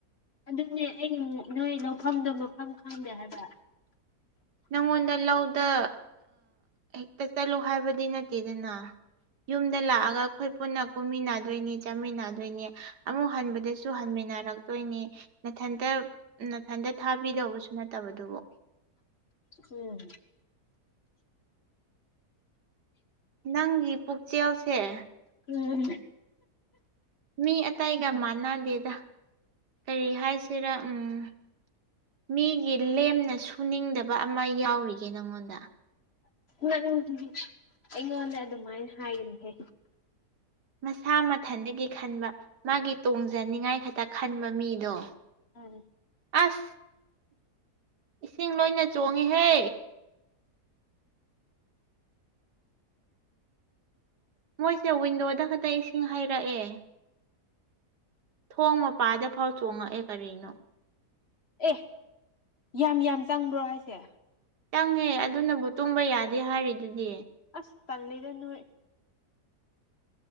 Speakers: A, on the left; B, on the right.
A: ꯑꯗꯨꯅꯦ ꯑꯩ ꯅꯣꯏ ꯂꯧꯐꯝꯗꯣ ꯃꯐꯝ ꯈꯪꯗꯦ ꯍꯥꯏꯕ
B: ꯅꯪꯉꯣꯟꯗ ꯂꯧꯗ ꯍꯦꯛꯇ ꯆꯠꯂꯨ ꯍꯥꯏꯕꯗꯤ ꯅꯠꯇꯦꯗꯅ ꯌꯨꯝꯗ ꯂꯥꯛꯑꯒ ꯑꯩꯈꯣꯏ ꯄꯨꯟꯅ ꯀꯨꯝꯃꯤꯟꯅꯗꯣꯏꯅꯤ ꯆꯥꯃꯤꯟꯅꯗꯣꯏꯅꯤ ꯑꯃꯨꯛ ꯍꯟꯕꯗꯁꯨ ꯍꯟꯃꯤꯟꯅꯔꯛꯇꯣꯏꯅꯤ ꯅꯊꯟꯇ ꯅꯊꯟꯇ ꯊꯥꯕꯤꯗꯧꯕꯁꯨ ꯅꯠꯇꯕꯗꯨꯕꯨ
A: ꯎꯝ
B: ꯅꯪꯒꯤ ꯄꯨꯛꯆꯦꯜꯁꯦ ꯑꯉꯛꯄꯅꯤ
A: ꯎꯝ
B: ꯃꯤ ꯑꯇꯥꯏꯒ ꯃꯥꯟꯅꯗꯦꯗ ꯀꯔꯤ ꯍꯥꯏꯁꯤꯔꯥ ꯎꯝ ꯃꯤꯒꯤ ꯂꯦꯝꯅ ꯁꯨꯅꯤꯡꯗꯕ ꯑꯃ ꯌꯥꯎꯔꯤꯒꯦ ꯅꯪꯉꯣꯟꯗ
A: ꯅꯪꯪꯁꯨ ꯑꯩꯉꯣꯟꯗ ꯑꯗꯨꯃꯥꯏꯅ ꯍꯥꯏꯒꯅꯤꯍꯦ
B: ꯃꯁꯥ ꯃꯊꯟꯗꯒꯤ ꯈꯟꯕ ꯃꯥꯒꯤ ꯇꯣꯡꯖꯅꯤꯉꯥꯏ ꯈꯛꯇ ꯈꯟꯕ ꯃꯤꯗꯣ
A: ꯎꯝ
B: ꯑꯁ ꯏꯁꯤꯡ ꯂꯣꯏꯅ ꯆꯣꯡꯉꯤꯍꯦ ꯃꯣꯏꯁꯦ ꯋꯤꯟꯗꯣꯗ ꯈꯛꯇ ꯏꯁꯤꯡ ꯍꯩꯔꯛꯑꯦ ꯊꯣꯡ ꯃꯄꯥꯗ ꯐꯥꯎ ꯆꯣꯡꯉꯛꯑꯦ ꯀꯔꯤꯅꯣ
A: ꯑꯦ ꯌꯥꯝ ꯌꯥꯝ ꯆꯪꯕ꯭ꯔꯣ ꯍꯥꯏꯁꯦ
B: ꯆꯪꯉꯦ ꯑꯗꯨꯅꯕꯨ ꯇꯨꯝꯕ ꯌꯥꯗꯦ ꯍꯥꯏꯔꯤꯗꯨꯗꯤ
A: ꯑꯁ ꯇꯂꯦꯗ ꯅꯣꯏꯦ